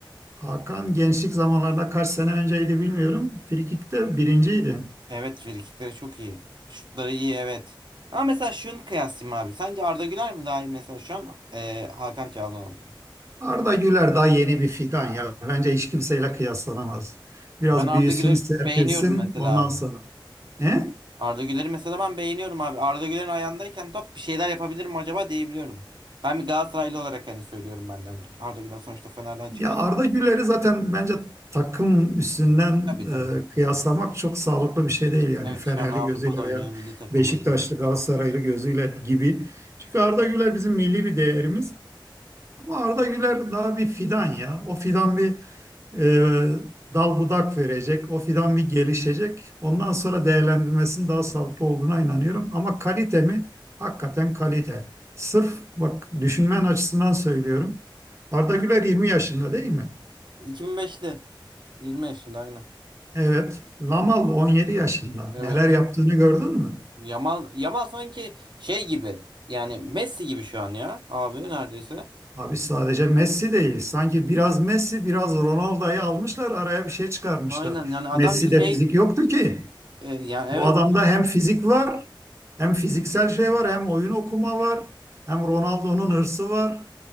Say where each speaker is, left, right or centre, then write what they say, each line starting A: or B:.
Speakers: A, on the right; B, on the right.
A: Hakan gençlik zamanlarında kaç sene önceydi bilmiyorum. Frikikte birinciydi.
B: Evet frikikleri çok iyi. Şutları iyi evet. Ama mesela şunu kıyaslayayım abi. Sence Arda Güler mi daha iyi mesela şu an Ee, Hakan Çalhanoğlu?
A: Arda Güler daha yeni bir fidan ya. Bence hiç kimseyle kıyaslanamaz.
B: Ben
A: Biraz
B: Arda
A: büyüsün,
B: Güler'i
A: serpilsin
B: beğeniyorum mesela
A: ondan
B: abi.
A: sonra. He?
B: Arda Güler'i mesela ben beğeniyorum abi. Arda Güler'in ayağındayken top bir şeyler yapabilirim acaba diyebiliyorum. Ben bir Galatasaraylı olarak hani söylüyorum ben de hani Arda Güler sonuçta Fener'den
A: Ya
B: çıkmadı.
A: Arda Güler'i zaten bence takım üstünden
B: Tabii tabii tabii.
A: e,
B: tabii.
A: kıyaslamak çok sağlıklı bir şey değil yani
B: Evet
A: Fenerli
B: şu an Avrupa'da
A: gözüyle
B: oynuyor
A: veya
B: milli takımımız
A: Beşiktaşlı
B: bu.
A: Galatasaraylı gözüyle gibi. Çünkü Arda Güler bizim milli bir değerimiz ama Arda Güler daha bir fidan ya. O fidan bir e, dal budak verecek, o fidan bir gelişecek. Ondan sonra değerlendirmesinin daha sağlıklı olduğuna inanıyorum ama kalite mi? Hakikaten kalite. Sırf bak düşünmen açısından söylüyorum. Arda Güler 20 yaşında değil mi?
B: 2005'li. 20 yaşında aynen.
A: Evet, Lamal 17 yaşında.
B: Evet.
A: Neler yaptığını gördün mü?
B: Yamal Yamal sanki şey gibi yani Messi gibi şu an ya abi neredeyse.
A: Abi sadece Messi değil. Sanki biraz Messi, biraz Ronaldo'yu almışlar, araya bir şey çıkarmışlar.
B: Aynen yani adam
A: Messi'de
B: şey
A: fizik yoktu ki.
B: e, yani
A: Bu
B: evet
A: adamda hem fizik var, hem fiziksel şey var, hem oyun okuma var, hem Ronaldo'nun hırsı var,